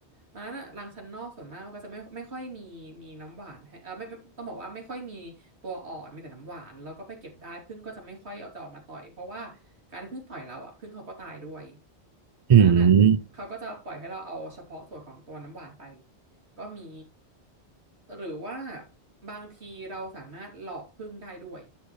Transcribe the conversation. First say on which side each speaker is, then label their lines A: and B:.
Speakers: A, on the right (about 75°); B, on the right (about 45°).
A: ร้านอะร้านชั้นนอกส่วนมากก็จะไม่ไม่ค่อยมีมีน้ำหวานให้เออไม่ไม่ต้องบอกว่าไม่ค่อยมีตัวอ่อนมีแต่น้ำหวานแล้วก็ไปเก็บได้ผึ้งก็จะไม่ค่อยเอาจะออกมาต่อยเพราะว่าการที่ผึ้งต่อยเราอะผึ้งเขาก็ตายด้วย
B: อืม
A: ร้านอะเขาก็จะปล่อยให้เราเอาเฉพาะส่วนของตัวน้ำหวานไปก็มีหรือว่าบางทีเราสามารถหลอกผึ้งได้ด้วย